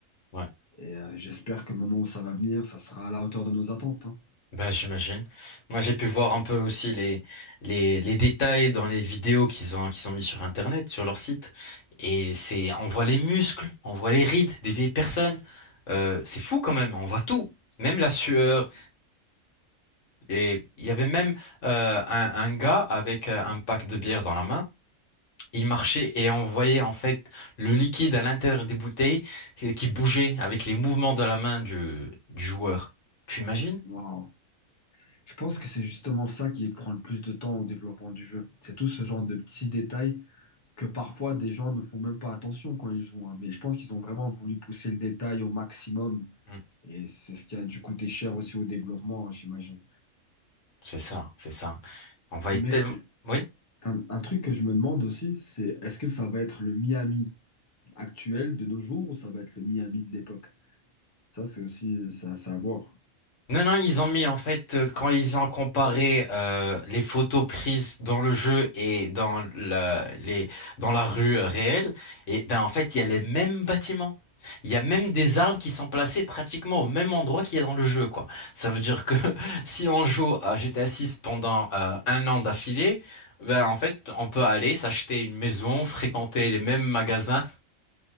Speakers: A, on the left; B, on the left.
A: Ouais.
B: Et euh, j'espère que le moment où ça va venir, ça sera à la hauteur de nos attentes. hein.
A: Bah, j'imagine. Moi, j'ai pu voir un peu aussi les, les, les détails dans les vidéos qu'ils ont, qu'ils ont mis sur Internet, sur leur site. Et c'est, on voit les muscles, on voit les rides des vieilles personnes. Euh, c'est fou quand même, on voit tout. Même la sueur. Et il y avait même euh, un, un gars avec euh, un pack de bière dans la main. Il marchait et on voyait en fait le liquide à l'intérieur des bouteilles qui qui bougeait avec les mouvements de la main du, du joueur. Tu imagines?
B: Waouh. Je pense que c'est justement ça qui prend le plus de temps au développement du jeu. C'est tout ce genre de petits détails que parfois des gens ne font même pas attention quand ils jouent. hein. Mais je pense qu'ils ont vraiment voulu pousser le détail au maximum
A: Mm.
B: Et c'est ce qui a dû coûter cher aussi au développement, hein, j'imagine.
A: C'est ça, c'est ça. On va
B: Mais
A: être tellement... Oui?
B: un, un truc que je me demande aussi, c'est est-ce que ça va être le Miami actuel de nos jours ou ça va être le Miami de l'époque? Ça, c'est aussi ça à savoir.
A: Non, non, ils ont mis en fait, euh, quand ils ont comparé euh, les photos prises dans le jeu et dans la, les, dans la rue euh, réelle, et ben en fait, il y a les mêmes bâtiments. Il y a même des arbres qui sont placés pratiquement au même endroit qu'il y a dans le jeu, quoi. Ça veut dire que <laughs> si on joue à GTA 6 pendant euh, un an d'affilée, ben en fait, on peut aller s'acheter une maison, fréquenter les mêmes magasins